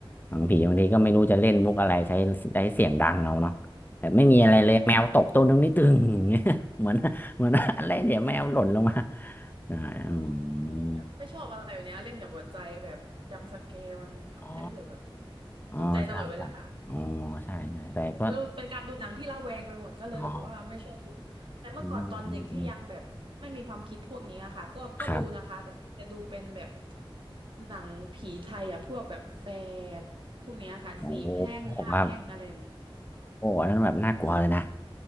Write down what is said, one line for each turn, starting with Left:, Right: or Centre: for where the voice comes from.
Left: หนังผีบางทีก็ไม่รู้จะเล่นมุกอะไรใช้ใด้เสียงดังเอาเนาะแบบไม่มีอะไรเลยแมวตกต้นตรงนี้ตึงเนี่ย
Right: ใช่ใช่
Left: <laughs> เหมือน <laughs> เหมือนอะไรเดี๋ยวแมวหล่นลงมาอ่าอืม
Right: ใช่แบบไม่ชอบอะไรแบบเนี้ยเล่นกับหัวใจแบบจำสแกร์มันทำให้รู้สึกแบบ
Left: อ๋ออ๋อใช่ใช่อ๋อ
Right: ตกใจตลอดเวลา
Left: ใช่ใช่แต่ก็
Right: ดูเป็นการดูหนังที่ระแวงไปหมดก็เลยแบบว่าไม่ชอบดู
Left: อ๋อ
Right: แต่เมื่อก่อนตอนเด็กที่ยังแบบไม่มีความคิดพวกนี้อะค่ะก็ก็ดูนะคะแต่จะดูเป็นแบบ
Left: อืมอืมอืมครับ
Right: หนังผีไทยอ่ะพวกแบบแฝดพวกเนี้ยค่ะสี่แพร่งห้าแพร่งอะไรแบบนี้
Left: โอ้ครับโอ้อันนั้นแบบน่ากลัวเลยนะ